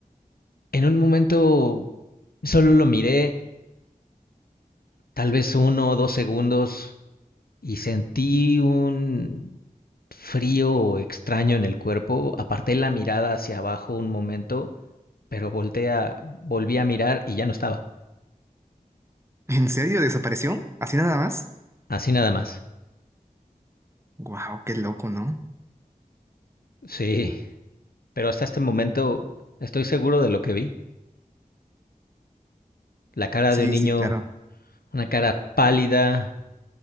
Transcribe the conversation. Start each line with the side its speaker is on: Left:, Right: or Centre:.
Left: en un momento solo lo miré, tal vez uno o dos segundos, y sentí un frío extraño en el cuerpo. Aparté la mirada hacia abajo un momento, pero voltea, volví a mirar y ya no estaba.
Right: ¿En serio? ¿Desapareció? ¿Así nada más?
Left: Así nada más.
Right: Wow, qué loco, ¿no?
Left: Sí, Pero hasta este momento estoy seguro de lo que vi. La cara
Right: Sí,
Left: de un niño,
Right: sí, claro.
Left: una cara pálida,